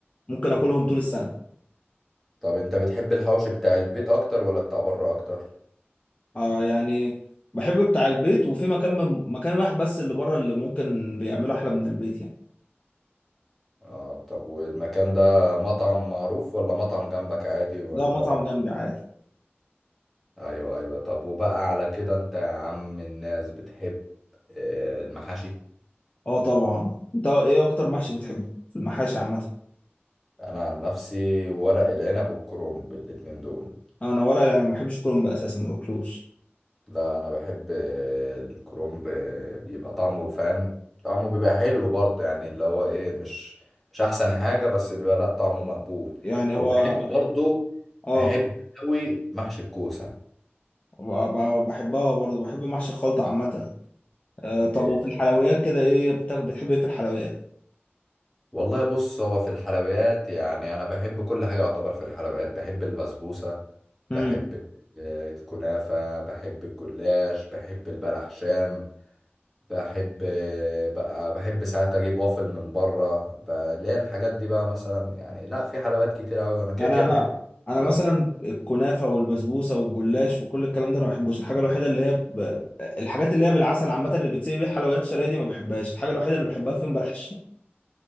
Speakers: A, on the left; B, in the centre.
A: ممكن آكلهم طول السنة
B: طب انت بتحب الحوش بتاع البيت اكتر ولا بتاع بره اكتر
A: آه يعني بحب بتاع البيت وفي مكان مكان واحد بس اللي بره اللي ممكن بيعمله أحلى من البيت يعني
B: اه طب والمكان ده مطعم معروف ولا مطعم جنبك عادي ولا
A: ده مطعم جنبي عادي
B: ايوه ايوه طب وبقى على كده انت يا عم الناس بتحب آه، المحاشي
A: اه طبعا انت ايه اكتر محشي بتحبه في المحاشي عامه
B: انا عن نفسي ورق العنب والكرنب الاتنين دول
A: انا ورق العنب ما بحبش كرنب اساسا ما باكلوش
B: لا انا بحب الكرومب بيبقى طعمه فاهم طعمه بيبقى حلو برضه يعني اللي هو ايه مش مش احسن حاجة بس بيبقى لا طعمه مقبول
A: يعني هو
B: وبحب برضه
A: اه
B: بحب قوي محشي الكوسة
A: ب- ب- بحبها برضه بحب محشي الخلطه عامه آه طب
B: إيه،
A: وفي الحلويات كده ايه بت- بتحب ايه في الحلويات
B: والله بص هو في الحلويات يعني انا بحب كل حاجة يعتبر في الحلويات بحب البسبوسة بحب
A: امم
B: آه، الكنافة بحب الجلاش بحب البلح شام بحب بقى بحب ساعات اجيب وافل من بره ب- اللي هي الحاجات دي بقى مثلا يعني لا في حلويات كتير قوي انا كده
A: انا
B: كده
A: انا
B: بحب
A: انا
B: لا
A: مثلا الكنافه والبسبوسه والجلاش وكل الكلام ده انا ما بحبوش الحاجه الوحيده اللي هي ب... الحاجات اللي هي بالعسل عامه اللي بيتسيب بيها الحلويات الشرقيه دي ما بحبهاش الحاجه الوحيده اللي بحبها فيهم بلح الشام